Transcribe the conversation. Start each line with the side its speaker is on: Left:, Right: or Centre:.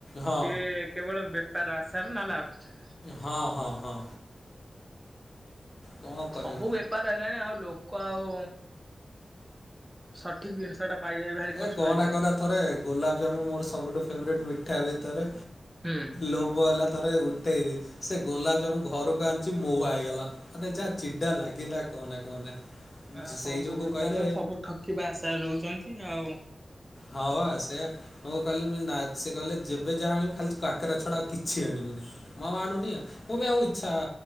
Left: ହଁ
Right: ସିଏ କେବଳ ବେପାର ଆଶାରେ ନହେଲେ ଆଉ କିଛି ନାହିଁ।
Left: ହଁ ହଁ ହଁ। କଣ କହିବ?
Right: ସବୁ ବେପାର ହେଲାଣି ଆଉ ଲୋକ ଆଉ ସଠିକ ଜିନିଷ ଟା ପାଇବା ବି ଭାରି କଷ୍ଟ
Left: ଏ କହନା
Right: ହେଇଯାଉଛି।
Left: କହନା ଥରେ ଗୋଲାପଜାମୁ ମୋର ସବୁଠୁ ଫେବରାଇଟ ମିଠା ଭିତରେ,
Right: ହୁଁ।
Left: ଲୋଭ ହେଲା ଥରେ ଉଠେଇଲି ସେ ଗୋଲାପ ଜାମୁ ଘରକୁ ଆଣିଛି ମହୁହା ହେଇଗଲା। ମୋତେ ଯାହା ଚିଡା ଲାଗିଲା କହନା କହନା
Right: ଆ ସବୁ
Left: ସେଇ ଯୋଗୁ
Right: ବେପାରରେ
Left: କହିଲେ
Right: ସବୁ ଠକିବା ଆଶାରେ ରହୁଛନ୍ତି ଆଉ।
Left: ହଁ ବା ସେଇଆ। ମୁଁ କହିଲି ମୁଲି ନା ସେ କହିଲେ ଯେବେ ଯାହା ଆଣିବୁ ଖାଲି କାକେରା ଛଡା ଆଉ କିଛି ଆଣିବୁନି। ମହମ୍ ଆଣୁନି ଆଉ ମୁଁ ବି ଆଉ ଇଚ୍ଛା